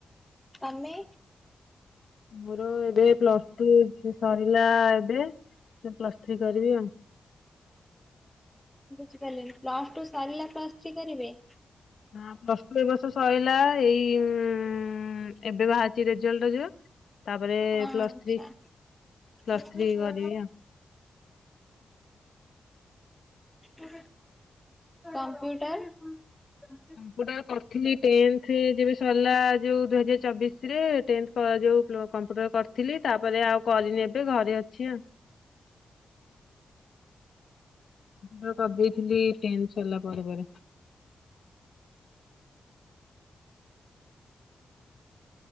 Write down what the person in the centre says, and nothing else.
ତମେ?
ବୁଝିପାରିଲିନି ପ୍ଲସ ଟୁ ସାରିଲା ପ୍ଲସ ଥ୍ରୀ କରିବେ?
ହୁଁ ଆଛା।
ଆଚ୍ଛା।
କ କମ୍ପ୍ୟୁଟର